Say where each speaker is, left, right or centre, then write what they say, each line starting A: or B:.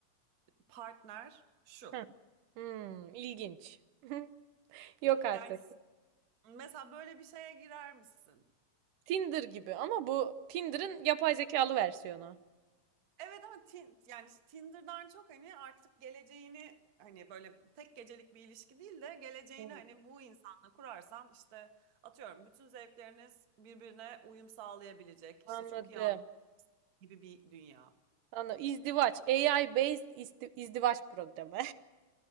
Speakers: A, on the right; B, on the right.
A: partner şu.
B: heh. Hmm, ilginç. <laughs> Yok artık.
A: Yani mesela böyle bir şeye girer misin?
B: Tinder gibi ama bu Tinder'ın yapay zekalı versiyonu.
A: Evet ama Tin- yani işte Tinder'dan çok hani artık geleceğini hani böyle tek gecelik bir ilişki değil de geleceğini
B: Hmm.
A: hani bu insanla kurarsan işte atıyorum bütün zevkleriniz birbirine uyum sağlayabilecek
B: Anladım.
A: işte çok iyi anlaşma gibi bir dünya.
B: Anladım. İzdivaç. AI based isti- izdivaç programı.